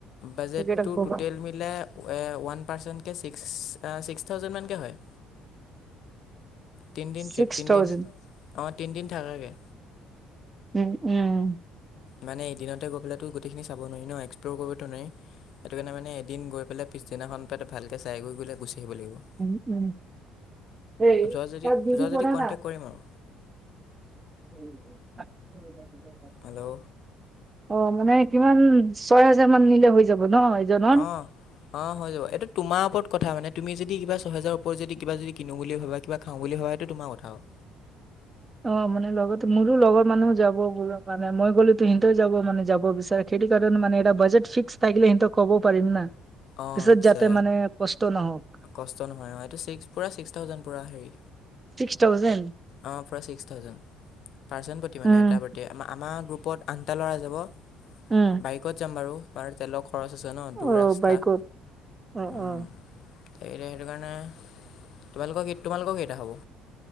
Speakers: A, on the left; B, on the right.
A: বাজেটটো
B: সেইকেইটা ক'বা।
A: টুটেল মিলাই এ ওৱান পাৰ্চনকে ছিক্স অ ছিক্স থাউজেন মানকে হয়। তিনিদিন ট্ৰিপ
B: ছিক্স
A: তিনিদিন
B: থউজেন।
A: অঁ তিনিদিন থাকাকৈ
B: উম উম।
A: মানে এদিনতে গৈ পেলাইতো গোটেইখিনি চাব নোৱাৰি ন, এক্সপ্ল'ৰ কৰিবটো নোৱাৰি। সেইটো কাৰণে মানে এদিন গৈ পেলাই পিছদিনাখন তাতে ভালকৈ চাই কৰি পেলাই গুচি আহিব লাগিব।
B: উম' উম, সেই
A: যোৱা যদি
B: তাত
A: যোৱা যদি
B: <unintelligible>
A: কণ্টেক্ট কৰিম আৰু।
B: <unintelligible>
A: হেল্ল'।
B: অ', মানে কিমান, ছয় হাজাৰ মান নিলে হৈ যাব ন? এজনৰ?
A: অহ'। অ', হৈ যাব, এইটো তোমাৰ ওপৰত কথা মানে তুমি যদি কিবা ছয় হেজাৰ ওপৰত যদি কিবা যদি কিনো বুলি ভাবা কিবা খাওঁ বুলি ভাবা সেইটো তোমাৰ কথা আৰু।
B: অ', মানে লগত মোৰো লগৰ মানুহ যাব বুলো মানে মই গ'লেটো সিহঁতে যাব মানে যাব বিচাৰে। সেইটো কাৰণে মানে এটা বাজেট ফিক্স থাকিলে সিহঁতক ক'ব পাৰিম না।
A: অঁ
B: পিছত
A: আচ্ছা
B: যাতে মানে কষ্ট নহওঁক।
A: কষ্ট নহয় অ'। এইটো ছিক্স, পূৰা ছিক্স থাউজেণ্ড পূৰা হেৰি।
B: Six thousand?
A: অঁ, পুৰা ছিক্স থাউজেণ্ড। পাৰ্চেন প্ৰতি মানে
B: উম
A: এটাৰ প্ৰতি, আম আমাৰ গ্ৰুপত আন এটা ল'ৰাই যাব,
B: উম
A: বাইকত যাম বাৰু আৰু তেলৰ খৰচ আছে ন'। দূৰ
B: অ
A: ৰাস্তা,
B: বাইকত অ
A: উম।
B: অ
A: সেইটো সেইটো কাৰণে তোমালোকৰ কি, তোমালোকৰ কেইটা হ'ব?